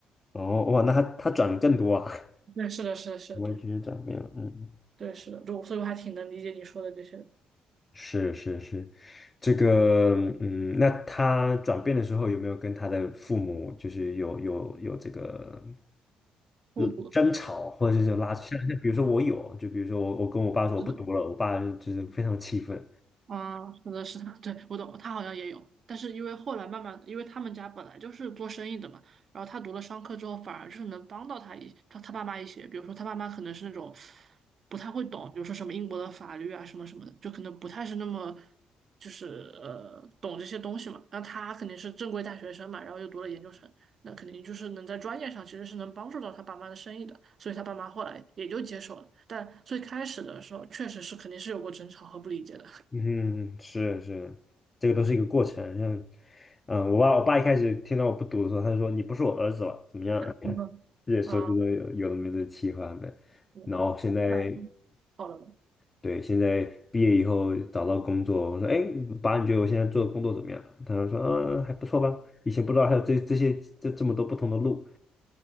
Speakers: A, on the left; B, on the right.
A: 哦哇，那他他转的更多啊，
B: 对，是的，是的，
A: <laughs>
B: 是的，
A: 完全转变了，
B: 对，
A: 嗯
B: 对，是的，就所以我还挺能理解你说的这些
A: 是是是，这个嗯，那他转变的时候有没有跟他的父母就是有有有这个
B: 孤独的。
A: 嗯争吵，或者是拉像像比如说我有，就比如说我我跟我爸说我不读了，
B: 这是的，
A: 我爸就是非常气愤。
B: 啊，是的，是的，对，我懂，他好像也有，但是因为后来慢慢，因为他们家本来就是做生意的嘛，然后他读了商科之后，反而就是能帮到他一他他爸妈一些，比如说他爸妈可能是那种不太会懂，比如说什么英国的法律啊什么什么的，就可能不太是那么就是呃懂这些东西嘛。那他肯定是正规大学生嘛，然后又读了研究生，那肯定就是能在专业上其实是能帮助到他爸妈的生意的，所以他爸妈后来也就接受了。但最开始的时候，确实是肯定是有过争吵和不理解的。
A: 嗯，是是，这个都是一个过程。像嗯，我爸我爸一开始听到我不读的时候，他就说你不是我儿子了，怎么样？<laughs>
B: 嗯哼啊，
A: 也说这种有有的没的气话的，
B: 是的
A: 然后现在。
B: 后来好了吗？
A: 对，现在毕业以后找到工作，我说，哎，爸，你觉得我现在做的工作怎么样？他就说，嗯，还不错吧。以前不知道还有这这些这这么多不同的路。